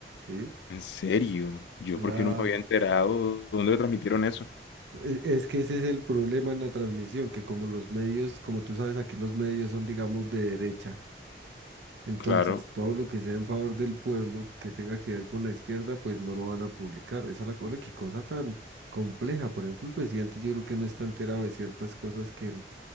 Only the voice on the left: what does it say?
¿En serio? ¿Yo
por qué no me había enterado? ¿Dónde me transmitieron eso?
Claro.